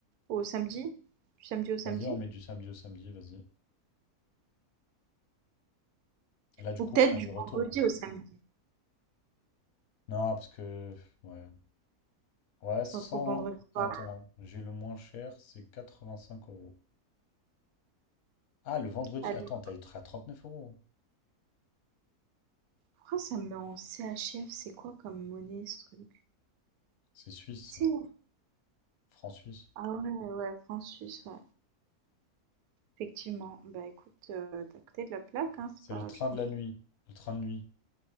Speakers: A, on the right; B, on the left.
A: Au samedi? Du samedi au samedi?
B: vas-y, on met du samedi au samedi, vas-y. Et là, du
A: Ou
B: coup,
A: peut-être
B: aller-retour.
A: du vendredi
B: hein.
A: au samedi.
B: Non, parce que... Ouais. Ouais,
A: Si
B: 100...
A: on trouve vendredi soir.
B: Attends, j'ai le moins cher, c'est 85 euros. Ah, le vendredi.
A: Allez,
B: Attends, t'as être à neuf euros.
A: pourquoi ça me met en CHF? C'est quoi comme monnaie ce truc?
B: C'est suisse,
A: c'est
B: ça. franc suisse.
A: Ah ouais, ouais, franc suisse, ouais. Effectivement. Bah écoute, heu, tu côté de la plaque, hein,
B: C'est
A: c'est pas
B: le train
A: du
B: de
A: franc
B: la
A: suisse.
B: nuit. Le train de nuit.